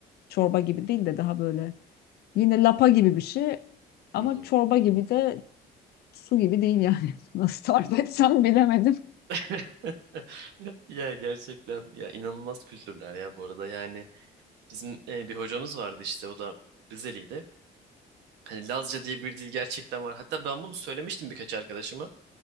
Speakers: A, on the left; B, on the right.
A: Çorba gibi değil de daha böyle yine lapa gibi bir şey. Ama
B: Hı hı.
A: çorba gibi de su gibi değil yani. <laughs> Nasıl tarif etsem bilemedim.
B: <laughs> Ya gerçekten ya inanılmaz kültürler ya bu arada yani bizim e, bir hocamız vardı işte o da Rizeliydi. Hani Lazca diye bir dil gerçekten var. Hatta ben bunu söylemiştim birkaç arkadaşıma.